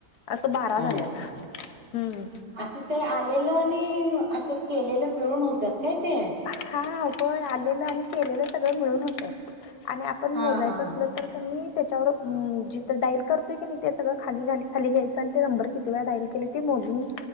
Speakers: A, on the left; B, on the right.
A: असं बारा झालंत
B: आल्यात.
A: हम्,
B: असं ते आलेलं आणि असं केलेलं मिळून होत्यात काय ते?
A: हा होय आलेलं आणि केलेलं सगळं, मिळून होत आणि आपण
B: हा
A: मोजायचं
B: हा
A: असलं
B: हा
A: तर, त्याच्यावर जिथ डाईल करतोय की नाही, ते सगळं खाली खाली खाली घ्यायचं आणि ते नंबर किती वेळा डाईल केले, ते मोजून